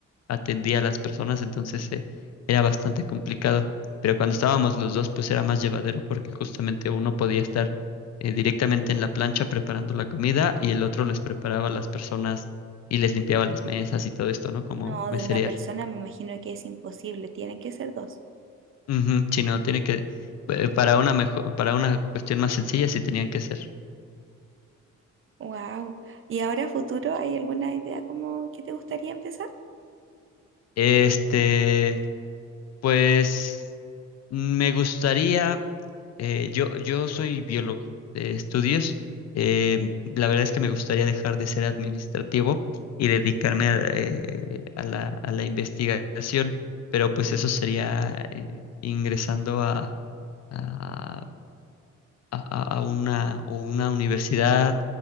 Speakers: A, on the left; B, on the right.
A: atendía a las personas, entonces eh, era bastante complicado. Pero cuando estábamos los dos, pues era más llevadero porque justamente uno podía estar eh, directamente en la plancha preparando la comida y el otro les preparaba a las personas y les limpiaba las mesas y todo esto, ¿no? Como
B: No,
A: meserear.
B: de una persona me imagino que es imposible, tienen que ser dos.
A: Ujú, sí, no, tiene que, eh, para una mejor, para una cuestión más sencilla, sí tenían que ser.
B: Wow. ¿Y ahora a futuro hay alguna idea como que te gustaría empezar?
A: Este, Pues me gustaría, eh, yo, yo soy biólogo de estudios, eh, la verdad es que me gustaría dejar de ser administrativo y dedicarme a, eh, a la, a la investigación, pero pues eso sería eh, ingresando a, a, a- a una, o una universidad,